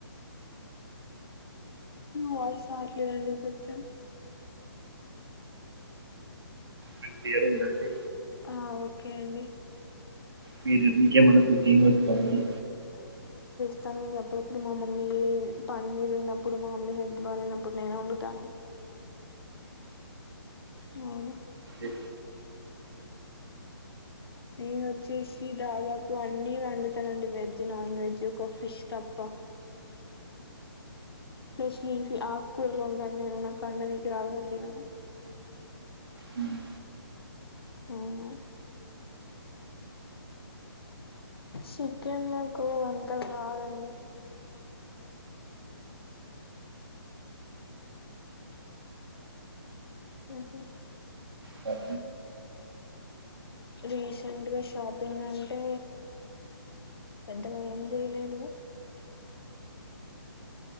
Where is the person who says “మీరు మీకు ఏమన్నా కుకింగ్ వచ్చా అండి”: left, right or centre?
Right